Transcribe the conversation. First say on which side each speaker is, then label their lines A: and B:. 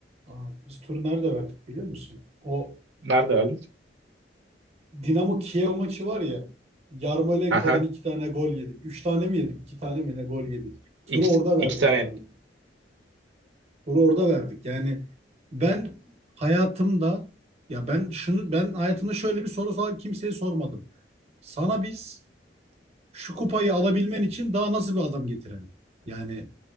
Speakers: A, on the right; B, on the right.
A: Aa, biz turu nerede verdik biliyor musun? O
B: nerede verdik?
A: Dinamo Kiev maçı var ya. Yarmolenko'dan
B: Aha.
A: iki tane gol yedik. Üç tane mi yedik? İki tane mi ne gol yedik? Turu
B: İki,
A: orada verdik
B: iki tane
A: abi.
B: yedik.
A: Turu orada verdik. Yani ben hayatımda ya ben şunu ben hayatımda şöyle bir soru sor- kimseye sormadım. Sana biz şu kupayı alabilmen için daha nasıl bir adam getirelim? Yani